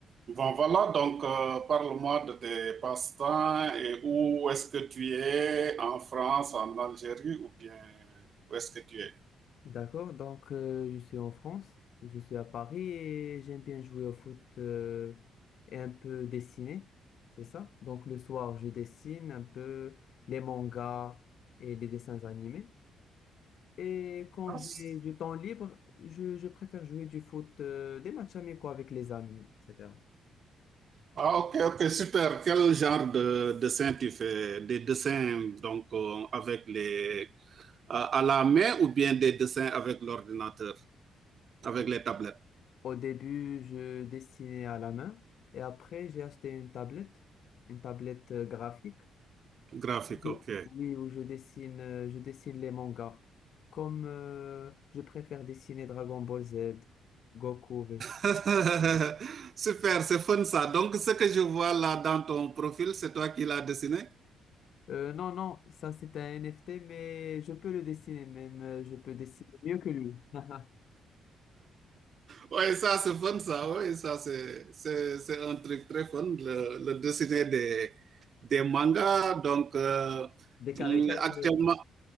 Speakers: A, on the right (about 50°); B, on the left (about 65°).
A: Bon, voilà, donc euh, parle-moi de tes passe-temps et où est-ce que tu es, en France, en Algérie ou bien où est-ce que tu es?
B: D'accord, donc euh, je suis en France, je suis à Paris et j'aime bien jouer au foot euh, et un peu dessiner, c'est ça? Donc le soir, je dessine un peu les mangas et les dessins animés. Et quand
A: Ah,
B: j'ai
A: c-
B: du temps libre, je, je préfère jouer du foot, euh, des matchs amicaux avec les amis, etc.
A: Ah, ok, ok, super. Quel genre de dessin tu fais? Des dessins donc euh, avec les à à la main ou bien des dessins avec l'ordinateur, avec
B: Au
A: les tablettes
B: au début, je dessinais à la main et après, j'ai acheté une tablette, une tablette euh, graphique.
A: graphiques,
B: Je-
A: ok.
B: Oui, où je dessine, euh, je dessine les mangas. Comme euh, je préfère dessiner Dragon Ball Z, Goku, Vegeta.
A: <laughs> Super, c'est fun ça. Donc ce que je vois là dans ton profil, c'est toi qui l'as dessiné?
B: Euh, non, non, ça c'est un NFT, mais je peux le dessiner même. euh, Je peux dessiner mieux que lui. <laughs>
A: Oui, ça c'est fun, ça, oui, ça c'est un truc très fun, le, le dessiner des, des mangas. Donc, euh,
B: Des caricatures.
A: mm, actuellement,